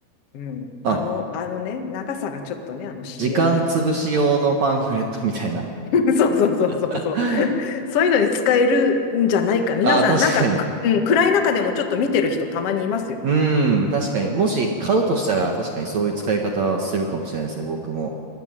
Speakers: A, on the left (about 75°); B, on the right (about 70°).
A: うん、
B: あ、
A: あの、あのね、長さがちょっとね、あの CM
B: 時間潰し用のパンフレットみたいな。
A: の。<laughs> そうそうそうそうそう。
B: <laughs>
A: <laughs> そういうのに使えるんじゃないか。皆さん、
B: ああ、確かに。
A: なんか、くうん、暗い中でもちょっと見てる人たまにいますよ。
B: うん、確かに。もし買うとしたら、確かにそういう使い方するかもしれないですね、僕も。